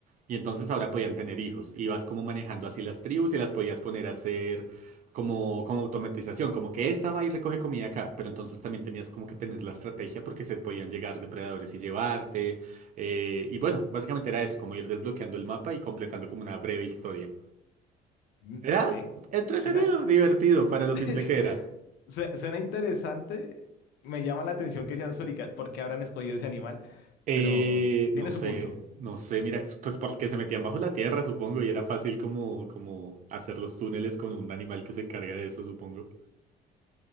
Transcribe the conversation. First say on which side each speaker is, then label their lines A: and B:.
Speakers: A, on the right; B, on the left.
A: Y entonces ahora podían tener hijos. Ibas como manejando así las tribus y las podías poner a hacer como, como automatización, como que esta va y recoge comida acá, pero entonces también tenías como que tener la estrategia porque se podían llegar depredadores y llevarte. eh, y bueno, básicamente era eso, como ir desbloqueando el mapa y completando como una breve historia.
B: Mm,
A: Era
B: ve,
A: entretenido,
B: suena,
A: divertido para lo
B: <laughs>
A: simple que era.
B: sue- suena interesante. Me llama la atención que sean suricatos. ¿Por qué habrán escogido ese animal?
A: Eh,
B: Pero tiene
A: no sé,
B: su punto.
A: no sé, mira, s- pues porque se metían bajo la tierra, supongo, y era fácil como, como hacer los túneles con un animal que se encarga de eso, supongo.